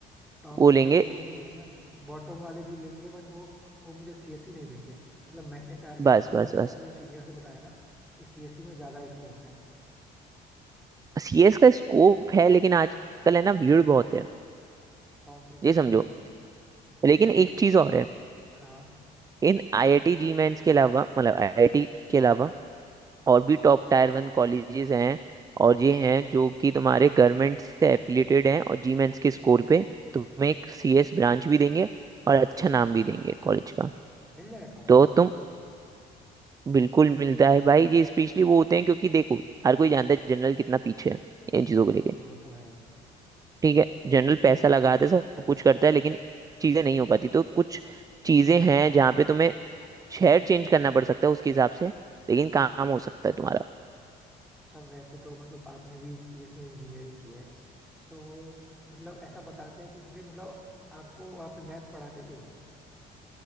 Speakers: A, in the centre; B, on the right.
A: टॉप
B: वो
A: कॉलेजेस
B: लेंगे
A: वाले भी नहीं लेंगे ना बॉटम वाले भी लेंगे बट वो वो मुझे सीएसई नहीं देंगे मतलब मैंने टारगेट
B: बस
A: मतलब
B: बस
A: ऐसा
B: बस
A: मेरे सीनियर से बताया ना कि सीएसई में ज्यादा स्कोप है
B: सीएस का स्कोप है लेकिन आजकल है ना भीड़ बहुत है
A: तो ये
B: ये समझो
A: तो है
B: लेकिन
A: मतलब
B: एक
A: लोग
B: चीज और है
A: हाँ
B: इन आईआईटी जी मेंस के अलावा मतलब आईआईटी के अलावा और भी टॉप टायर वन कॉलेजेस हैं और ये हैं जो कि तुम्हारे गवर्नमेंट से एफिलिएटेड हैं और जी मेंस के स्कोर पे तुम्हें एक सीएस ब्रांच भी देंगे और अच्छा नाम भी देंगे कॉलेज का
A: यार मिल जाएगा
B: तो
A: 91
B: तुम
A: पे
B: बिल्कुल मिलता है भाई ये स्पेशली वो होते हैं क्योंकि देखो हर कोई जानता है जनरल कितना पीछे है इन चीजों को लेके
A: हाँ वो तो है
B: ठीक है जनरल पैसा लगाता है सब कुछ करता है लेकिन चीजें नहीं हो पाती तो कुछ चीजें हैं जहाँ पे तुम्हें शहर चेंज करना पड़ सकता है उसके हिसाब से लेकिन काम हो सकता है तुम्हारा
A: अच्छा वैसे तो मतलब आपने भी सीएस में इंजीनियरिंग की है तो मतलब ऐसा बताते हैं कि जैसे मतलब आपको वहाँ पे मैथ्स पढ़ाते थे